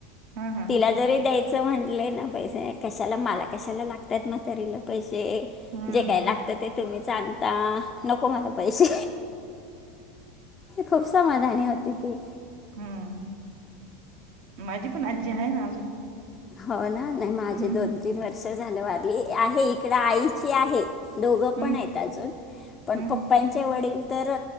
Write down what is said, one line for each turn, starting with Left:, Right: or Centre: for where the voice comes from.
Right: हा हा
Left: तिला
Right: हा
Left: जरी द्याय. च म्हटंले ना पैसे कशाला मला कशाला लागतात म्हातारीला पैसे. जे
Right: हम्म
Left: जे काय लागतं ते तुम्हीच आणता. नको मला पैसे खूप समाधानी होती. ती
Right: हम्म, माझी पण आजी आहे ना अजून
Left: हो ना नाही माझे
Right: हम्म
Left: दोन तीन वर्ष झालं वारली आहे. इकड आईची आहे. दोघं
Right: हम्म
Left: पण आहेत अजून पण
Right: हम्म
Left: पप्पांचे वडील तर